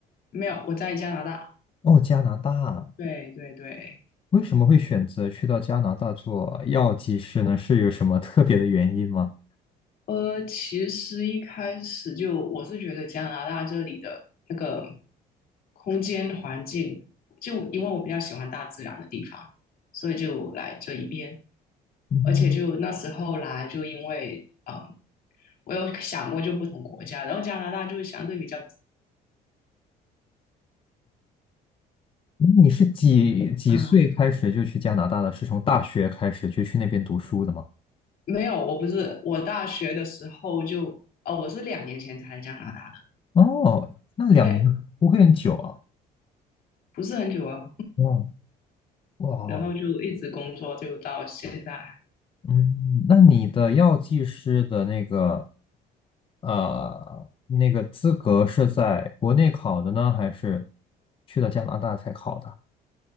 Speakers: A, on the left; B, on the left.
A: 没有，我在加拿大。
B: 哦，加拿大，
A: 对对对，
B: 为什么会选择去到加拿大做药剂师呢？是有什么特别的原因吗？
A: 呃，其实一开始就我是觉得加拿大这里的那个空间环境，就因为我比较喜欢大自然的地方，所以就来这一边。
B: 嗯
A: 而且就那时候来，就因为啊，我有想过就不同国家，然后加拿大就是相对比较
B: 那你是几几岁开始就去加拿大的？
A: 嗯，
B: 是从大学开始就去那边读书的吗？
A: 没有，我不是，我大学的时候就哦，我是两年前才来加拿大的，
B: 哦，那两年不会很久啊。
A: 对，不是很久啊。
B: 哦，哇，
A: 然后就一直工作，就到现在。
B: 嗯，那你的药剂师的那个呃那个资格是在国内考的呢，还是去了加拿大才考的？